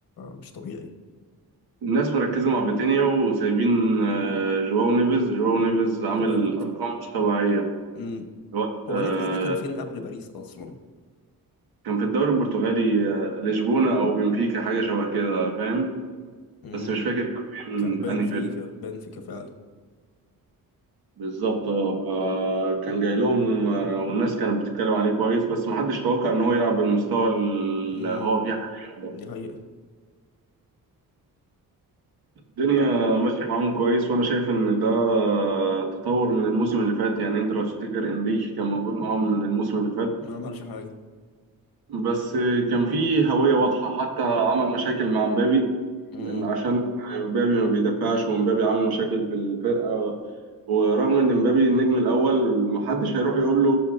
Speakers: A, on the left; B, on the right.
A: مش طبيعي
B: الناس مركزة مع فيتينيا وسايبين آه، جواو نيفيز جواو نيفيز عامل
A: جامد
B: أرقام مش طبيعية
A: امم
B: الوقت
A: هو
B: آه،
A: نيفز ده كان فين قبل باريس اصلا
B: كان في الدوري البرتغالي آه، لشبونة أو بنفيكا حاجة شبه كده فاهم
A: امم
B: بس مش فاكر كان فين
A: كان بان
B: أنهي
A: فيكا
B: فيلم
A: بان فيكا فعلا
B: بالظبط اه فكان جاي لهم آه، والناس كانت بتتكلم عليه كويس بس محدش توقع إن هو يلعب بالمستوى اللي
A: امم
B: هو فيه حاليا ده
A: دي حقيقه
B: الدنيا
A: حتى
B: ماشية معاهم كويس وأنا شايف إن ده تطور من الموسم اللي فات يعني أنت لو تفتكر إنريكي كان موجود معاهم من الموسم اللي فات
A: ما عملش حاجه
B: بس كان في هوية واضحة حتى عمل مشاكل مع مبابي
A: امم
B: لأن عشان مبابي ما بيدافعش ومبابي عامل مشاكل في الفرقة ورغم إن مبابي النجم الأول محدش هيروح يقول له